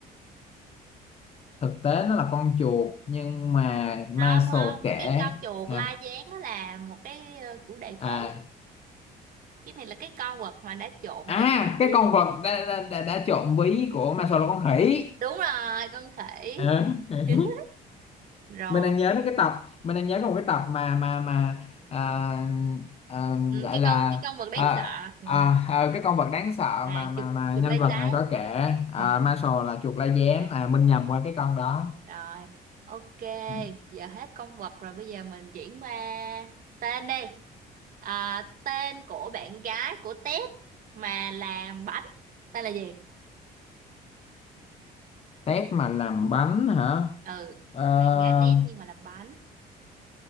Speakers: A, on the left (about 35°); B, on the right (about 55°).
A: thực tế nó là con chuột nhưng mà Maslow
B: không không
A: kể
B: cái con chuột
A: à,
B: la gián đó là một cái ờ, chủ đề
A: à
B: khác cái này là cái con vật mà đã trộm
A: à
B: cái
A: cái
B: gì
A: con vật đã, đã, đã, đã trộn ví của Maslow là con khỉ.
B: đúng rồi con khỉ
A: Ờ. <laughs>
B: <laughs> rồi
A: mình đang nhớ đến cái tập mình đang nhớ có một cái tập mà mà mà à, à,
B: ừ,
A: gọi
B: cái
A: là
B: con cái con vật đáng
A: à,
B: sợ ừ,
A: à, à, cái con vật đáng sợ
B: là
A: mà mà
B: chuột
A: mà
B: chuột
A: nhân
B: la
A: vật
B: gián
A: này có kể à,
B: ừ.
A: Marshall là chuột la gián à Minh nhầm qua cái con đó
B: Rồi, ok,
A: Ừ.
B: giờ hết con vật rồi, bây giờ mình chuyển qua tên đi. À, tên của bạn gái của Tết mà làm bánh, tên là gì?
A: tép mà làm bánh hả
B: Ừ,
A: Ờ,
B: bạn gái Tết nhưng mà làm bánh.